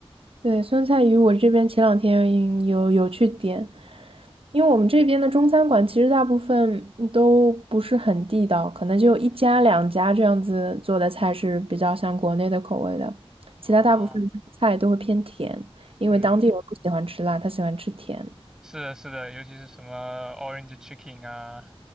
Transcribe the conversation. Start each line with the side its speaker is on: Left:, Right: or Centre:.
Right: 对，酸菜鱼我这边前两天有有去点，因为我们这边的中餐馆其实大部分嗯都不是很地道，可能就一家两家这样子做的菜是比较像国内的口味的，其他大部分菜都会偏甜，
Centre: <laughs> 啊，
Right: 因为当地人不喜欢吃辣，
Centre: 嗯
Right: 他喜欢吃甜。
Centre: 是的，是的，尤其是什么 Orange Chicken 啊，